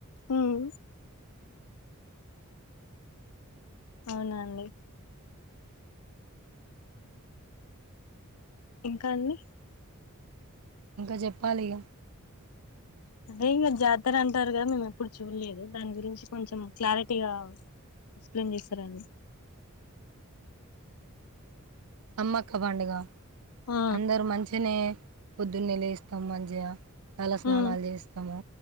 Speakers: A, on the left; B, on the right.
A: ఉమ్ అవునాండి ఇంకా అండి
B: ఇంకా చెప్పాలిగ
A: ది ఇగ జాతర అంటారు కదా మేము ఎప్పుడు చూడలేదు దాని గురించి కొంచెం క్లారిటీగా ఎక్స్ప్లెయిన్ చేస్తారా అండి
B: సమ్మక్క పండుగ
A: ఆ
B: అందరు మంచిినే పొద్దున్నే లేేస్తాము మంచిగా తల స్నానాలు
A: ఉమ్
B: చేస్తాము